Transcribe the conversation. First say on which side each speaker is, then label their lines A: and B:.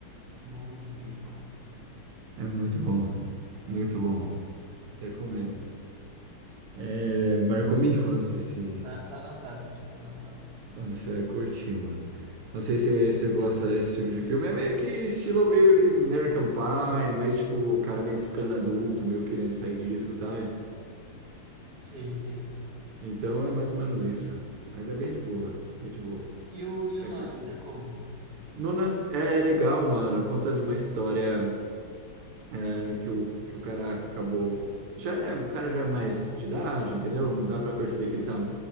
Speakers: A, on the right (about 50°); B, on the right (about 80°).
A: Bom de Bico.
B: É muito bom, muito bom. Recomendo. É, marcou minha infância esse.
A: Tá, tá anotado aqui, tá anotado.
B: Mano, Você vai curtir, mano. Não sei se você gosta desse tipo de filme. É meio que estilo meio que American Pie, mas tipo, o cara meio que ficando adulto, meio querendo sair disso, sabe?
A: Sei, sei.
B: Então é mais ou menos isso. Mas é bem de boa, bem de boa.
A: E o, e
B: É
A: o
B: curtir.
A: Nonas é como?
B: Nonas é é legal, mano. Conta de uma história é, que o, que o cara acabou. Já é, o cara já é mais de idade, entendeu? Dá pra perceber que ele tá